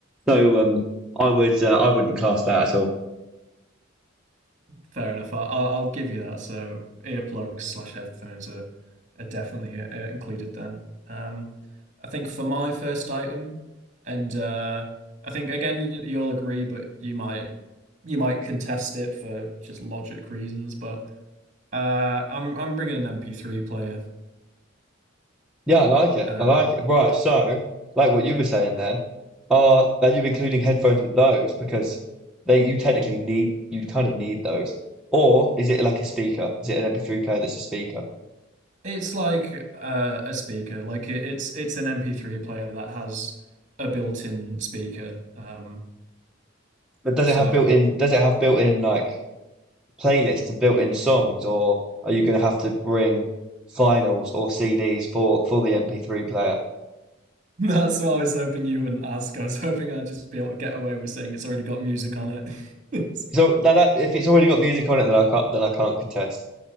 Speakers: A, in the centre; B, on the right (about 35°).
A: So um, I would uh, I wouldn't class that at all.
B: Fair enough. I- I'll, I'll give you that. So earplugs slash headphones are, are definitely uh, uh, included then. Um, I think for my first item, and uh, I think again y- you'll agree, but you might you might contest it for just logic reasons. But uh, I'm I'm bringing an MP3 player.
A: Yeah, I like it.
B: Uh,
A: I like it. Right, so like what you were saying then, are are you including headphones with those? Because they you technically need you kind of need those. Or is it like a speaker? Is it an MP3 player that's a speaker?
B: it's like uh, a speaker. Like it, it's it's an MP3 player that has a built-in speaker. Um,
A: But does
B: so.
A: it have built in does it have built in like playlists and built in songs or are you gonna have to bring vinyls or CDs for for the MP3 player?
B: <laughs> That's what I was hoping you wouldn't ask. I was <laughs> hoping I'd just be able to get away with saying it's already got music on it. <laughs> It's,
A: So now that if it's already got music on it then I can't then I can't contest.